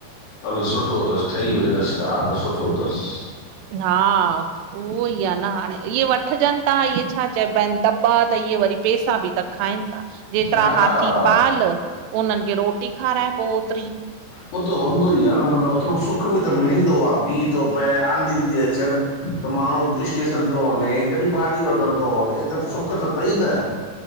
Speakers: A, on the left (about 85°); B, on the right (about 80°).
A: हलु सुठो तसि ठही वेंदसि कार त सुठो तसि।
B: हा उहो ई आ न हांणे इह्ये वठिजनि ता इह्ये छा चइबा इनि दॿा त इह्ये वरी पैसा बि त खाइनि ता, जेतिरा
A: हा
B: हाथी
A: उहो
B: पाल उन्हनि खे रोटी खाराए पो ओतिरी।
A: हो त हूंदो ई आ न मन ओतिरो सुख बि त मिलींदो आ मीहुं तो पए, आंधी ती अचनि त माण्हूं स्टेशन तो वंने, कॾी भाॾी वठणं तो वने त सुख त तई न।